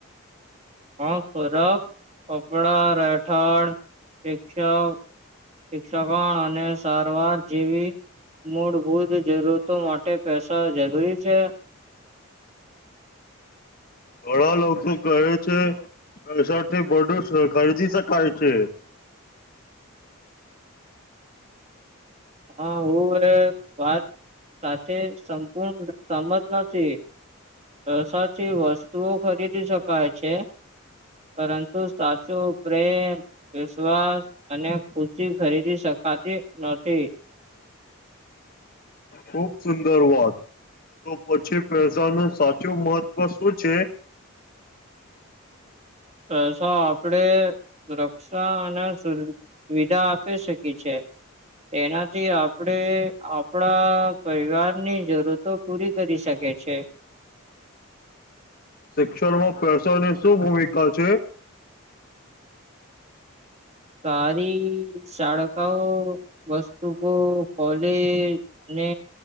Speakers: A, on the right; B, on the left.
A: ખરખ કપડા રહેઠાળ શિક્ષ શિક્ષકોણ અને સારવાર જેવી મૂળભૂત જરૂરતો માટે પૈસા જરૂરી છે.
B: ઘણા લોકો કહે છે પૈસાથી બડું ખરીદી શકાય છે.
A: હા હું એ વાત સાથે સંપૂર્ણ સમજ નથી પ્રસાથી વસ્તુઓ ખરીદી શકાય છે, પરંતુ સાચો પ્રેમ વિશ્વાસ અને ખુશી ખરીદી શકાતી નથી.
B: ખુબ સુંદર વાત તો પછી પૈસાનું સાચું મહત્ત્વ શું છે
A: પૈસા આપણે સુરક્ષા અને સુ સુવિધા આપી શકીએ છે તેનાથી આપણે આપણા પરિવારની જરૂરતો પૂરી કરી શકી છે
B: શિક્ષણમાં પૈસા ની શું ભૂમિકા છે
A: સારી શાળાઓ વસ્તુકો કોલેજ અને